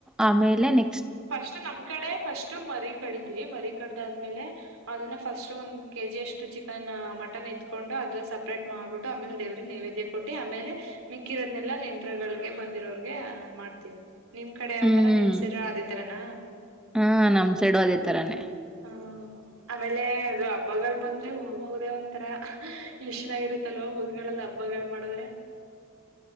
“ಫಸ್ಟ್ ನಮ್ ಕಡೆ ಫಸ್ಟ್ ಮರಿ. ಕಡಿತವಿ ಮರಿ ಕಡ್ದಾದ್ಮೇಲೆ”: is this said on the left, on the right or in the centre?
Right